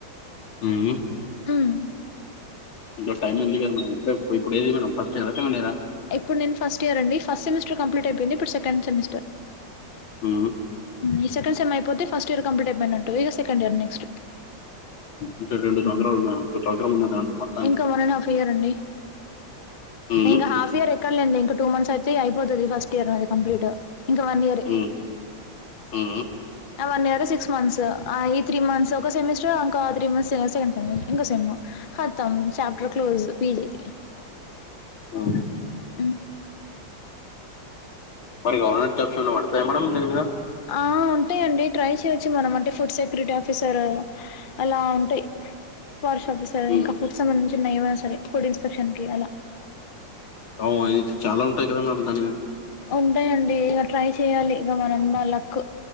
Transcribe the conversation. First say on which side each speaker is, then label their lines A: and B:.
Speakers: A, on the left (about 85°); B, on the left (about 60°).
A: హ
B: ఉమ్
A: ఇంకా టైం ఉందిగాదా మేడం ఇప్పుడు ఇప్పుడు ఏది మేడం ఫస్ట్ ఇయ్యరా సెకండ్ ఇయ్యరా
B: ఇప్పుడు నేను ఫస్ట్ ఇయర్ అండి ఫస్ట్ సెమిస్టర్ కంప్లీట్ అయిపోయింది ఇప్పుడు సెకండ్ సెమిస్టర్
A: ఉ
B: ఈ సెకండ్ సమ్ అయిపోతే ఫస్ట్ ఇయర్ కంప్లీట్ అయి పోయినట్టు ఈక సకండ్ ఇయర్ నెక్స్ట్
A: ఇంకా రెండు సంవత్సరాలు
B: హ్మ్.
A: ఉన్నా ఒక సంవత్సరం ఉన్న మొత్తాన్ని
B: ఇంకా వన్ అండ్ హఫ్ ఇయర్ అండి
A: ఉ
B: ఇంకా హాఫ్ ఇయర్ ఎక్కడలేండి ఇక టూ మంత్స్ అయితే అయిపోతది ఫస్ట్ ఇయర్ అది కంప్లీట్ ఇంకా వన్ ఇయర్
A: ఉమ్ ఉ
B: వన్ ఇయర్ సిక్స్ మంత్స్ ఆ ఈ త్రీ మంత్స్ ఒక సెమిస్టర్ ఇంకా త్రీ మంత్స్ సెకండ్ సెమిస్టర్ ఇంకో సెమ్ ఖత్తం చాప్టర్ క్లోస్ పిజిది
A: ఆ
B: ఉ
A: మరి గవర్నంట్ టాక్స్లు ఏమైనా పడతాయా మేడం దీని మీద
B: ఆ ఉంటాయిండి ట్రై చేయవొచ్చు మనం అంటే ఫుడ్ సెక్యూరిటీ ఆఫీసర్ అలా ఉంటాయి ఫారెస్ట్ ఆఫీసర్
A: హ్మ్.
B: ఇంకా ఫుడ్ సంబంధించిన ఏమైనా సరే ఫుడ్ ఇన్స్పెక్షన్ కి అలా
A: అవు అయితే చాలా ఉంటాయి కదా మేడం దానికి
B: ఉంటాయండి ఇక ట్రై చెయాలి ఇక మనమా లక్